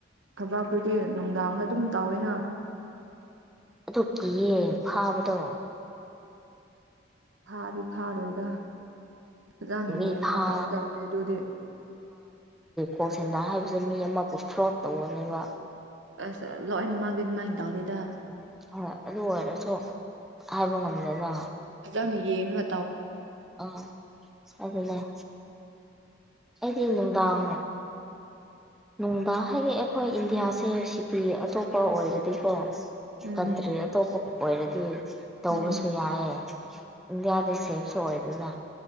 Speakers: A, on the right; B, in the centre.
A: ꯊꯕꯥꯛꯇꯨꯗꯤ ꯅꯨꯡꯗꯥꯡꯗ ꯑꯗꯨꯝ ꯇꯥꯎꯋꯦꯅ
B: ꯑꯗꯨ ꯀꯤꯌꯦ ꯐꯥꯕꯗꯣ
A: ꯊꯥꯗꯤ ꯊꯥꯔꯣꯏꯒ ꯑꯗꯨꯖꯅꯤ
B: ꯃꯤ
A: ꯌꯦ
B: ꯐꯥ
A: ꯉ ꯇꯥꯎ ꯎꯗ ꯑꯗꯨꯗꯤ
B: ꯀꯣꯛ ꯁꯦꯟꯗꯥ ꯍꯥꯏꯕꯁꯦ ꯃꯤ ꯑꯃꯕꯨ ꯐ꯭ꯔꯣꯗ ꯇꯧꯔꯅꯦꯕ
A: ꯑꯁ ꯂꯣꯏꯅ ꯃꯥꯗꯤ ꯑꯗꯨꯃꯥꯏꯅ ꯇꯧꯗꯦ
B: ꯎ ꯍꯣꯏ ꯑꯗꯨ ꯑꯣꯏꯔꯁꯨ ꯍꯥꯏꯕ ꯉꯝꯗꯅ
A: ꯌꯥꯝꯅ ꯌꯦꯡꯉ
B: ꯑ ꯑꯗꯨ ꯂꯩ ꯑꯩꯗꯤ ꯅꯨꯡꯗꯥꯡ ꯅꯨꯡꯗꯥꯡ ꯍꯥꯏꯗꯤ ꯑꯩꯈꯣꯏ ꯏꯟꯗꯤꯌꯥꯁꯦ ꯁꯤꯇꯤ ꯑꯇꯣꯞꯄ ꯑꯣꯏꯔꯗꯤꯀꯣ
A: ꯎꯝ
B: ꯀꯟꯇ꯭ꯔꯤ ꯑꯇꯣꯞꯄ ꯑꯣꯏꯔꯗꯤ ꯇꯧꯕꯁꯨ
A: ꯎꯝ
B: ꯌꯥꯏꯑꯌꯦ ꯏꯟꯗꯤꯌꯥꯗ ꯁꯦꯞꯁꯨ ꯑꯣꯏꯗꯅ